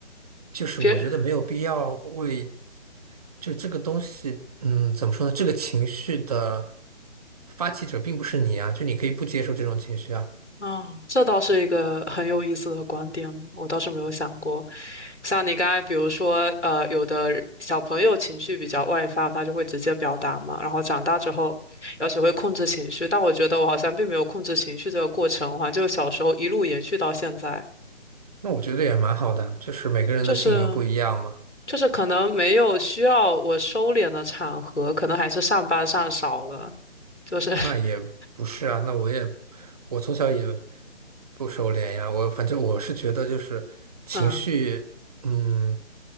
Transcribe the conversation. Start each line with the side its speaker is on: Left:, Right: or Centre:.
Right: 就是我觉得没有必要为
Left: 别
Right: 就这个东西，嗯，怎么说呢？这个情绪的发起者并不是你啊，就你可以不接受这种情绪啊。
Left: 啊，这倒是一个很有意思的观点呢，我倒是没有想过。像你刚才，比如说，呃，有的小朋友情绪比较外放，他就会直接表达嘛，然后长大之后要学会控制情绪。但我觉得我好像并没有控制情绪这个过程，好像就小时候一路延续到现在，
Right: 那我觉得也蛮好的，就是每个人的性格不一样嘛。
Left: 就是就是可能没有需要我收敛的场合，可能还是上班上少了，就是 <laughs>
Right: 那也不是啊，那我也，我从小也不收敛呀。我反正我是觉得，就是情绪，
Left: 嗯
Right: 嗯，